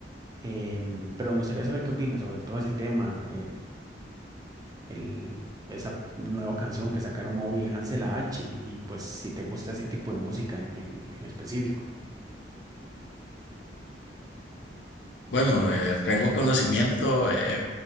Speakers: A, on the right; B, on the left.
A: em, pero me gustaría saber qué opinas sobre todo ese tema, el, esa nueva canción que sacaron Obi y Hansel A H y, y, pues si te gusta ese tipo de música en, en- en específico.
B: Bueno, eh, tengo conocimiento eh,